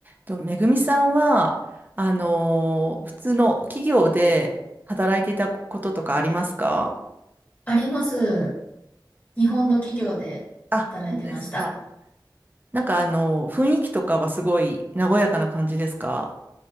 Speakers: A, on the right (about 25°); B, on the left (about 25°).
A: と、めぐみさんは、あのー普通の企業で働いていたこととかありますか
B: あります。日本の企業で働いてました。
A: あ、本当ですか。なんかあの雰囲気とかはすごい和やかな感じですか